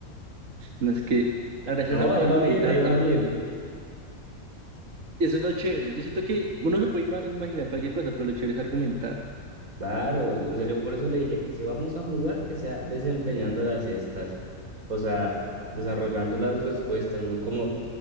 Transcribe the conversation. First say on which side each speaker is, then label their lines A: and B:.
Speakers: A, on the right; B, on the right.
A: es que la gracia
B: No,
A: es ar-
B: ahí
A: argumentar
B: va bien, ahí va bien.
A: Eso es lo chévere. Yo siento que uno se puede ima- imaginar cualquier cosa, pero lo chévere es argumentar.
B: Claro. O sea, yo por eso le dije, si vamos a jugar, que sea desempeñando las cestas. O sea, desarrollando las respuestas, no como